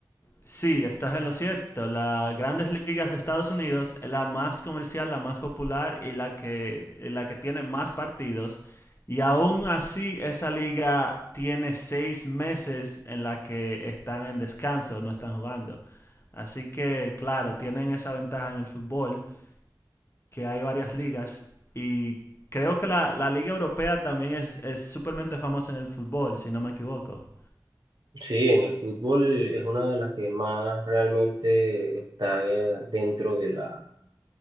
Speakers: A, on the left (about 35°); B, on the right (about 75°).
A: Sí, estás en lo cierto. Las grandes ligas de Estados Unidos es la más comercial, la más popular y la que, la que tiene más partidos. Y aún así, esa liga tiene seis meses en la que están en descanso, no están jugando. Así que, claro, tienen esa ventaja en el fútbol, que hay varias ligas. Y creo que la, la liga europea también es, es súpermente famosa en el fútbol, si no me equivoco.
B: Sí, en el fútbol es una de las que más realmente está eh, dentro de la,